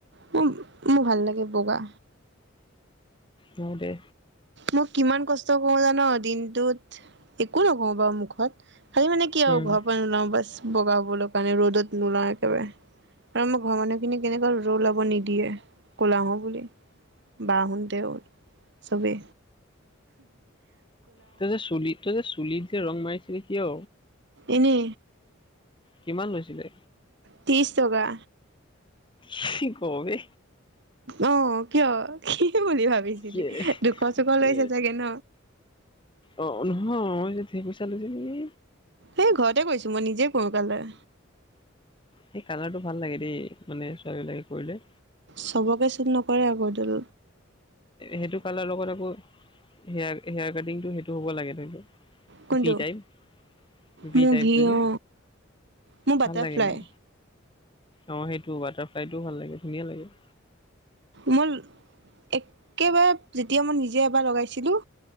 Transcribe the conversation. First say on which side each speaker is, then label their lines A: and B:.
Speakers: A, on the right; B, on the left.
A: মোৰ, মোৰ ভাল লাগে বগা
B: ন দে
A: মই কিমান কষ্ট কৰো জান দিনটোত, একো নকওঁ বাৰু মুখত। খালি মানে কি আৰু
B: উম।
A: ঘৰৰ পৰা নোলাও বাছ বগা হবলৈ কাৰণে ৰ'দত নোলাও একেবাৰে। আৰু আমাৰ ঘৰৰ মানুহখিনি কেনেকুৱা ৰ'দত ওলাব নিদিয়ে কলা হও বুলি। বাহুণতে ৰ'দ চবে
B: তুই যে চুলি তই যে চুলি যে ৰং মাৰিছিলে কিয়?
A: এনে
B: কিমান লৈছিলে?
A: তিছ টকা।
B: খি ক বে
A: অ কিয় কি বুলি ভাবিছিলি
B: ইয়ে।
A: দুখ চুখ লৈছে
B: এ
A: চাগে ন।
B: অ নহয় ম যে ঢেই পইচা লৈছে নেকি।
A: সেই ঘৰতে কৰিছোঁ মই নিজেই কৰোঁ কালাৰ
B: সেই কালাৰটো ভাল লাগে দেই মানে ছোৱালীবিলাকে কৰিলে।
A: চবকে চোন নকৰে আকৌ এইড
B: সেইটো কালাৰ লগত আকৌ হেয়াৰ হেয়াৰ কাটিংটো সেইটো হ'ব লাগে ধৰিল
A: কোনটো
B: ফি টাইপ বি
A: মোৰ
B: টাইপটো
A: ভি
B: যে
A: অ মোৰ বাটাৰফ্লাই
B: ভাল লাগে মোৰ। অ সেইটো বাটাৰফ্লাই টোও ভাল লাগে ধুনীয়া লাগে।
A: মল একেবাৰে যেতিয়া মই নিজে এবাৰ লগাইছিলোঁ।